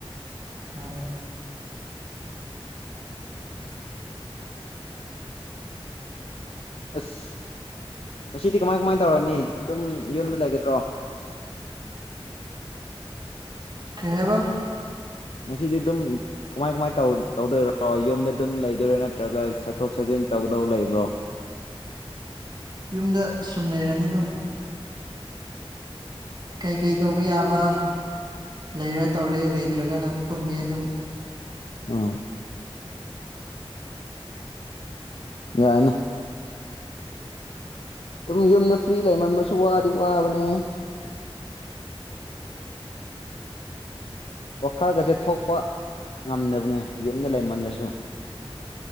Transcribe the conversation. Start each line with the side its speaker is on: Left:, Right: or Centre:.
Right: ꯃꯥꯅꯤ
Left: ꯑꯁ ꯉꯁꯤꯗꯤ ꯀꯃꯥꯏ ꯀꯃꯥꯏꯅ ꯇꯧꯔꯅꯤ ꯑꯗꯨꯝ ꯌꯨꯝꯗ ꯂꯩꯒꯗ꯭ꯔꯣ
Right: ꯀꯩ ꯍꯥꯏꯕ
Left: ꯉꯁꯤꯗꯤ ꯑꯗꯨꯝ ꯀꯃꯥꯏ ꯀꯃꯥꯏ ꯇꯧꯗꯣꯏꯔꯣ ꯌꯨꯝꯗ ꯑꯗꯨꯝ ꯂꯩꯗꯣꯏꯔꯥ ꯅꯠꯇ꯭ꯔꯒ ꯆꯠꯊꯣꯛ ꯆꯠꯁꯤꯟ ꯇꯧꯗꯧ ꯂꯩꯕ꯭ꯔꯣ
Right: ꯌꯨꯝꯗ ꯁꯨꯝ ꯂꯩꯔꯅꯤ ꯑꯗꯨꯝ ꯀꯩꯀꯩ ꯇꯧꯕ ꯌꯥꯕ ꯂꯩꯔ ꯇꯧꯔꯦ ꯂꯩꯇ꯭ꯔꯒꯅ ꯇꯨꯝꯃꯦ ꯑꯗꯨꯝ <inaudible>
Left: ꯎꯝ ꯌꯥꯏꯅꯦ ꯑꯗꯨꯝ ꯌꯨꯝꯗ ꯐ꯭ꯔꯤ ꯂꯩꯃꯟꯕꯁꯨ ꯋꯥꯗꯤ ꯋꯥꯕꯅꯦ ꯋꯥꯈꯜꯒꯁꯦ ꯊꯣꯛꯄ ꯉꯝꯗꯕꯅꯦ ꯌꯨꯝꯗ ꯂꯩꯃꯜꯂꯁꯨ